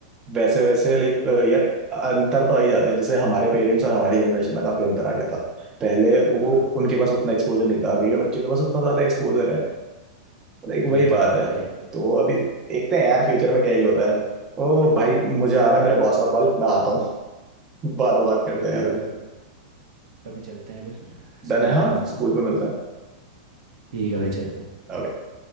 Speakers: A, on the right; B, on the right.
A: वैसे वैसे लाइक यार अंतर तो आ ही जाता है जैसे हमारे पेरेंट्स और हमारी जनरेशन में तो काफी अंतर आ गया था पहले वो
B: हाँ
A: उनके पास उतना एक्सपोजर नहीं था अभी के बच्चे के पास उतना ज्यादा एक्सपोजर है लाइक वही
B: ये
A: बात
B: तो है भाई
A: है
B: ये तो है
A: तो अभी देखते हैं यार फ्यूचर में क्या ही होता है ओ भाई मुझे
B: चलते
A: आ रहा है मेरा
B: हैं
A: बॉस
B: फिर
A: का
B: हाँ
A: कॉल मैं आता हूँ <laughs> बाद में बात करते
B: ठीक
A: हैं यार
B: है भाई
A: अभी
B: कभी कभी चलते हैं फिर स्कूल
A: डन है
B: की
A: हाँ
B: तरफ
A: स्कूल
B: को
A: पे मिलता है
B: ठीक है भाई चल
A: Okay.